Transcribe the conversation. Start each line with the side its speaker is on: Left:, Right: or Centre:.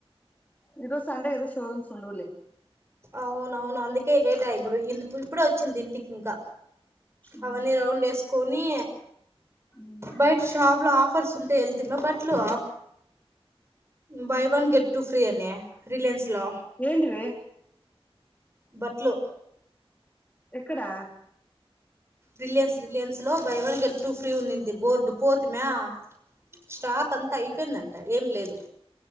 Left: ఈ రోజు సండే కదా షోరూమ్స్ ఉండవులే
Right: అవునవును అందుకే లేట్ అయ్య ఇప్పుడు ఇందు ఇప్పుడు వచ్ వచ్చింది ఇంటికి ఇంకా
Left: ఉమ్
Right: అవన్నీ రౌండ్ వేసుకొని
Left: ఉమ్
Right: బయట్ షాప్ లో ఆఫర్స్ ఉంటే వెళ్తూన్న బట్లు buy one get two free అన రిలయన్స్ లో
Left: ఏంటివి
Right: బట్లు
Left: ఎక్కడా
Right: రిలయన్స్ రిలయన్స్ లో buy one get two free ఉంది బోర్డు పోతు మ్యా స్టాక్ అంతా అయిపోయిందంట ఏం లేదు